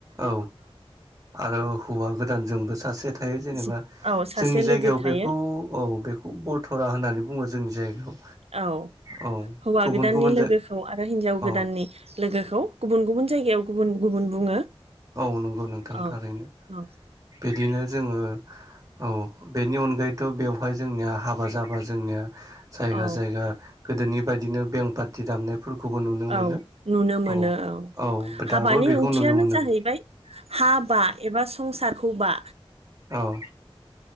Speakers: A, on the right (about 35°); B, on the right (about 80°).
A: औ आरो हौवा गोदान जोंबो सासे थायो जेनेबा
B: जि- औ सासे
A: जोंनि जायगायाव
B: लोगो थायो
A: बेखौ औ बेखौ बरथ'रा होननानै बुङो। जोंनि जायगायाव
B: औ
A: औ
B: हौवा
A: गुबुन
B: गोदाननि
A: गुबुन
B: लोगोखौ
A: जाय
B: आरो हिनजाव
A: अ
B: गोदाननि लोगोखौ गुबुन गुबुन जायगायाव गुबुन गुबुन बुङो।
A: औ नंगौ नोंथां
B: औ
A: थारैनो
B: औ
A: बिदिनो जोङो औ बेनि अनगायैथ' बेवहाय जोंनिया हाबा जाबा जोंनिया जायगा
B: औ
A: जायगा गोदोनि बायदिनो बें पार्टि दामनाय फोरखौबो नुनो
B: औ
A: मोनो
B: नुनो मोनो
A: औ औ
B: हाबानि
A: दाबो बेखौ
B: ओंथियानो
A: नुनो मोनदों।
B: <unintelligible> हाबा एबा संसारखौ बा
A: औ